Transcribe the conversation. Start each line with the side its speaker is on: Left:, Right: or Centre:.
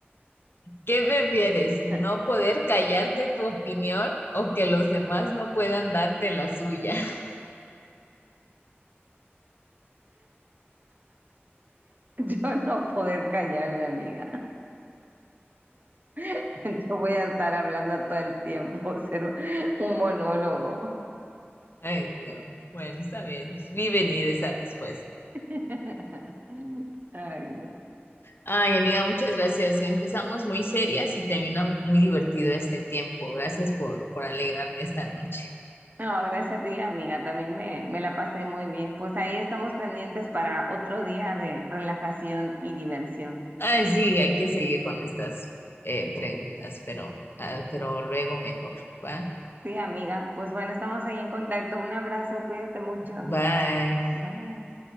Left: ¿Qué prefieres? ¿No
Right: <laughs>
Left: poder callarte tu opinión o que los demás no puedan darte la suya? <laughs>
Right: Yo no poder callarme, amiga. <laughs> Yo voy a estar hablando todo el tiempo, <laughs> ser un monólogo.
Left: Ay, no. Bueno, está bien. Vi venir esa respuesta.
Right: <laughs> Ay, no.
Left: Ay, amiga, muchas gracias. Empezamos muy serias y termina muy divertido este tiempo. Gracias por, por alegrarme esta noche.
Right: No, gracias a ti, amiga. También me, me la pasé muy bien. Pues ahí estamos pendientes para otro día de relajación y diversión.
Left: Ay, sí, hay que seguir con estas eh, preguntas, pero, ah, pero luego mejor. ¿Va?
Right: Sí, amiga. Pues bueno, estamos ahí en contacto. Un abrazo, cuídate mucho.
Left: Bye.
Right: Bye.